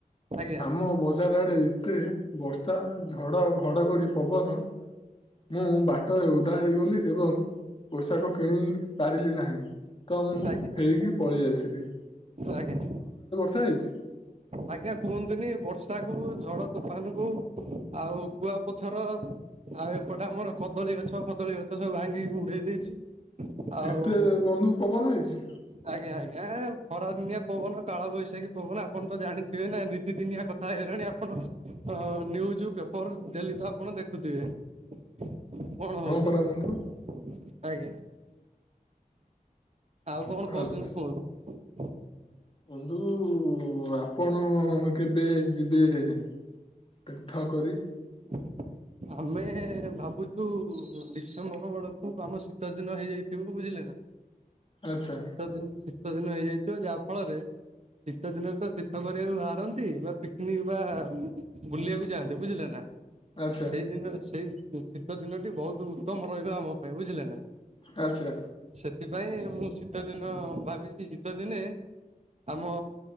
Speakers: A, on the right; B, on the left.
A: ଆଜ୍ଞା
B: ଆମ ବଜାର ଆଡେ ଏତେ ବର୍ଷା ଝଡ ଘଡଘଡି ପବନ। ମୁଁ ବାଟରେ ଓଦା ହେଇଗଲି ଏବଂ ପୋଷାକ କିଣି ପାରିଲି ନାହିଁ ତ ମୁଁ
A: ଆଜ୍ଞା
B: ଫେରିକି ପଳେଇ ଆସିଲି।
A: ଆଜ୍ଞା।
B: ସାଇଜ।
A: ଆଜ୍ଞା କୁହନ୍ତୁନି ବର୍ଷା କୁ ଝଡ ତୋଫାନ କୁ ଆଉ କୁଆ ପଥର ଆଉ ଏପଟେ ଆମର କଦଳୀ ଗଛ ଫଦଳୀ ଗଛ ସବୁ ଭାଙ୍ଗିକି ଉଡେଇ ଦେଇଛି। ଆଉ
B: ଏତେ ବନ୍ଧୁ ପବନ ହେଇଛି?
A: ଆଜ୍ଞା ଆଜ୍ଞା। ଖରାଦିନିଆ ପବନ କାଳବୈଶାଖୀ ପବନ ଆପଣ ତ ଜାଣିଥିବେ ନା ନିୀତିଦିନିଆ କଥା ହେଇଗଲାଣି ଆପଣ ହଁ ନ୍ୟୁଜ ପେପର ଡେଲି ତ ଆପଣ ଦେଖୁଥିବେ। କଣ
B: ହଁ
A: ହଉଚି
B: ପରା ବନ୍ଧୁ।
A: ଆଜ୍ଞା। ଆଉ କଣ କହୁଚନ୍ତି
B: ଆଛ୍
A: କୁହନ୍ତୁ?
B: ବନ୍ଧୁ ଆପଣ କେବେ ଯିବେ ତୀର୍ଥ କରି
A: <inaudible> ଆମେ ଭାବୁଚୁ ଡିସେମ୍ବର ବଳକୁ ଆମ ଶୀତ ଦିନ ହେଇଯାଇଥିବ ବୁଝିଲେ ନା।
B: ଆଚ୍ଛା
A: ଶୀତ ଦିନ ଶୀତ ଦିନ ହେଇଯାଇଥିବ ଯାହା ଫଳରେ ଶୀତ ଦିନରେ ତ ଶୀତ କରିବାକୁ ବାହାରନ୍ତି ବା ପିକ୍ନିକ ବା ବୁଲିବାକୁ ଯାଆନ୍ତି ବୁଝିଲେ ନା। ସେଇଦିନ
B: ଆଚ୍ଛା
A: ସେଇ ଶୀତ ଦିନଟି ବହୁତ ତମ ରହିବ ଆମ ପାଇଁ ବୁଝିଲେ ନା
B: ଆଚ୍ଛା
A: ସେଥିପାଇଁ ମୁଁ ସି ଶୀତ ଦିନ ଭାବିଚି ଶୀତ ଦିନେ ଆମ